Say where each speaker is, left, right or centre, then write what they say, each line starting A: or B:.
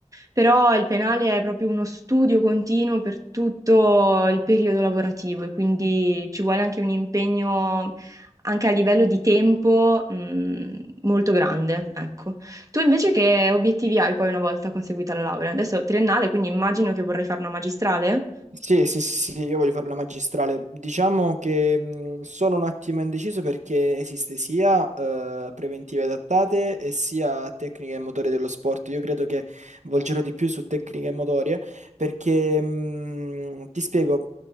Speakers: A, on the right; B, on the right.
A: Però il penale è proprio uno studio continuo per tutto il periodo lavorativo e quindi ci vuole anche un impegno anche a livello di tempo, mh, molto grande, ecco. Tu invece che obiettivi hai poi una volta conseguita la laurea? Adesso triennale, quindi immagino che vorrei fare una magistrale?
B: Sì, sì, sì, sì, io voglio fare una magistrale. Diciamo che mh, sono un attimo indeciso perché esiste sia eh, preventive adattate e sia tecniche e motorie dello sport. Io credo che volgerò di più su tecniche e motorie perché mh, ti spiego,